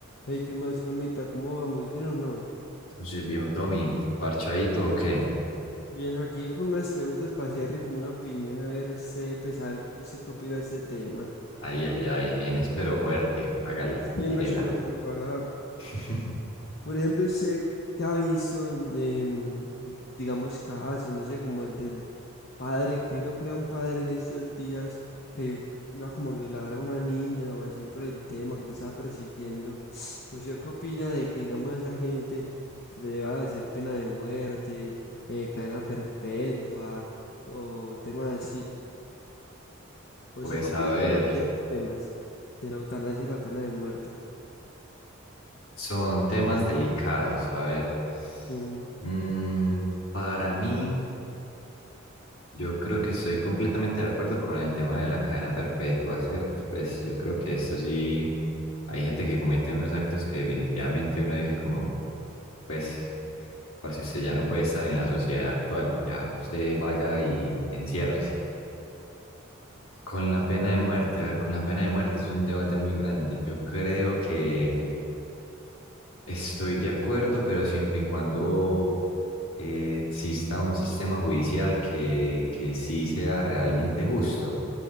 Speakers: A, on the left (about 50°); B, on the left (about 80°).
A: Hey, ¿qué más, Juanmita? ¿Cómo vamos? ¿Bien o no?
B: Entonces, viejo Tommy, ¿parchadito o qué?
A: Bien, aquí con unas preguntas para hacerle como una opinión, a ver usted, pesar, usted qué opina de este tema.
B: Ay, ay, ay, vienes pero fuerte. Hágale,
A: Tengo,
B: tírela.
A: espero, preparada
B: <laughs>
A: Por ejemplo, usted que ha visto, em, digamos, casos, no sé, como el del padre, creo que era un padre en estos días que iba como a violar a una niña o así por el tema que le estaba persiguiendo. <sniffs> ¿Usted qué opina de que, digamos, a esa gente se le deba hacer pena de muerte, eh, cadena perpetua o temas así? ¿Usted
B: Pues
A: qué opina
B: a ver,
A: de de esos temas de la eutanasia y la pena de muerte?
B: son temas delicados. A ver,
A: Ujú.
B: mm, para mí, yo creo que estoy completamente de acuerdo con el tema de la cadena perpetua, ¿cierto? Pues yo creo que esto sí, hay gente que comete unos actos que definitivamente uno dice como, pues, para si usted ya no puede estar en la sociedad actual, ya usted vaya y enciérrese. Con la pena de muerte, a ver, con la pena de muerte es un debate muy grande. Yo creo que estoy de acuerdo, pero siempre y cuando eh, exista un sistema judicial que, que sí sea realmente justo.